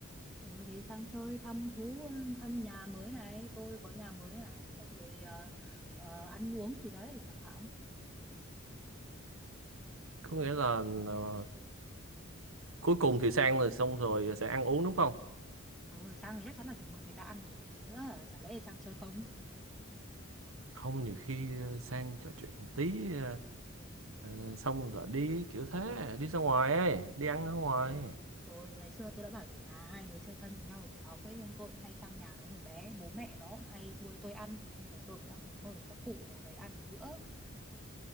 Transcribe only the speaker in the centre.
Ừ thì sang chơi thăm thú, thăm nhà mới này, tôi có nhà mới này, xong rồi... ờ, ờ, ăn uống gì đấy chẳng hạn
Ừ, sang thì chắc chắn là phải mời người ta ăn rồi còn gì nữa. Chả lẽ sang chơi không?
Rồi, thôi, ngày xưa tôi đã bảo rồi mà hai đứa chơi thân với nhau ở tiểu học ấy, nên tôi cũng hay sang nhà nó hồi bé, bố mẹ nó cũng hay nuôi tôi ăn, nên bây giờ tôi cũng đang muốn mời các cụ nhà đấy ăn một bữa.